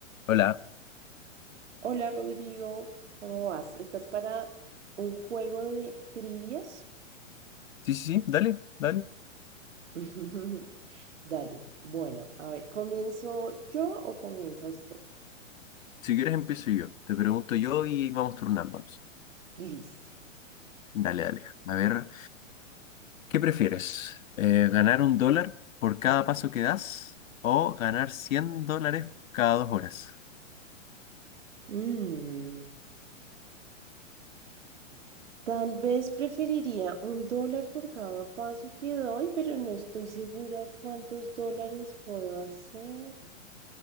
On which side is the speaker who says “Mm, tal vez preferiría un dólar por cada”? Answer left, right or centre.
Right